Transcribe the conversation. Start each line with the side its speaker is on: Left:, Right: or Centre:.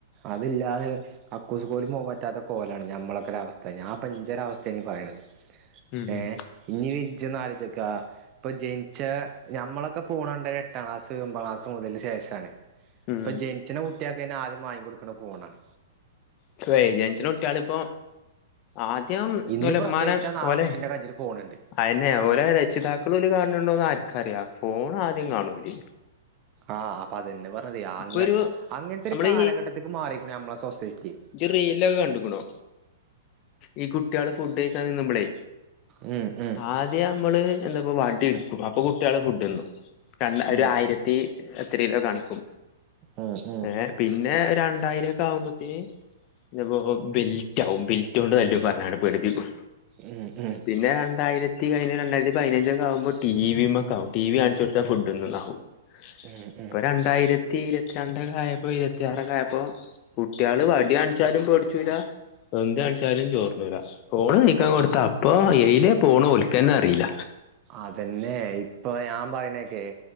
Right: അതില്ലാതെ കക്കൂസ് കോലും പോകാ ൻ പറ്റാത്ത കോലാണ് ഞമ്മളൊക്കെ ഒരു അവസ്ഥ ഞൻ ഇപ്പൊ ഇജ്ജെ രാവസ്ഥ അവസ്ഥ യാണ് പറയണുന്നത്
Left: ഉം
Right: ഏഹ് ഇനി ഇജോന്ന് ആലോയിച്ചോക്ക് ക്കാ ഇപ്പൊ ജനിച്ച ഞമ്മളൊക്കെ ഫോ ണണ്ട എട്ടാം ക്ലാസ് ഒമ്പാം ക്ലാസ് മുതൽ ശേഷമാണ്
Left: ഉം
Right: ഇപ്പൊ ജനിച്ചിണെ കുട്ടിയക്കെ ആദ്യം മാങ്ങി കൊടുക്ക്ണ ഫോണാണ്
Left: ഇപ്പോ ജനിക്കുന്ന കുട്ടിആള് ഇപ്പോ ആദ്യം
Right: ഇന്ന്
Left: ഓലെ
Right: പ്രസവിച്ചാ
Left: ഇമ്മാന്നെ
Right: നാളെ
Left: ഓലെ
Right: കുട്ടിന്റെ കജ്ജില് ഫോണുണ്ട്
Left: അയിനെ ഓലെ രക്ഷിതാക്കളെ ഓല് കാണണ്ടോന്ന് ആർക്കറിയാ ഫോൺ ആദ്യം കാണും ഓല്
Right: ആഹ് അപ്പൊ അതന്നെ പറഞ്ഞ അ
Left: ഇപ്പൊ ഒരു
Right: അങ്ങനത്തെ
Left: നമ്മള്
Right: ഒരു കാലഘട്ടത്തേക്ക് മാറിക്കൂണ് നമ്മളെ സോസൈറ്റി
Left: ഇജ് റില്ലൊക്കെ കണ്ടക്ക്ണോ ഈ കുട്ടികള് ഫുഡ് കഴിക്കാൻ നിന്നുമ്പളേ
Right: ഉം ഉം
Left: ആദ്യം നമ്മള് എന്താ ഇപ്പോ വടി എടുക്കും അപ്പൊ കുട്ടികള് ഫുഡ് തിന്നും രണ്ട് ഒരു
Right: ഉം
Left: ആയിരത്തി ത്രി രിയില് കാണിക്കും
Right: ഉം ഉം
Left: ഏ പിന്നെ ഒരു രണ്ടായിരം ഒക്കെ ആകു ബോത്തിന് ഇപ്പോ ബെൽറ്റാവും ബെൽറ്റോണ്ട് തല്ലും പറഞാണ്ട് പേടിപ്പിക്കും
Right: ഉം ഉം
Left: പിന്നെ രണ്ടായിരത്തി കത്തി കഴിഞ്ഞ രണ്ടായിരത്തിപതിനഞ്ച് ഒക്കെ ആകുമ്പോത്തിന് ടീവി മ്മക്കാവും ടിവി കാണിച്ചു കൊടുത്ത ഫുഡ് തിന്ന്ണ് ആവും
Right: ഉം ഉം
Left: ഇപ്പൊ രണ്ടായിരത്തി ഇരുപത്തിരണ്ടക്കൊയപ്പോ ഇരുപത്തിയാറെക്ക ആയപ്പോ കുട്ടികള് വടി കാണിച്ചാലും പേടിച്ചൂല എന്താണിച്ചാലും ചോർ തിന്നുലാ ഫോണ് കാനിക്കാൻ കൊടുത്ത
Right: ഉം
Left: അപ്പൊ എയ്യിലെ പോണ് ഒല്ക്ക് തന്നെ അറിയില്ല
Right: അതെന്നെ ഇപ്പൊ ഞാൻ പറയുന്ന കോക്ക്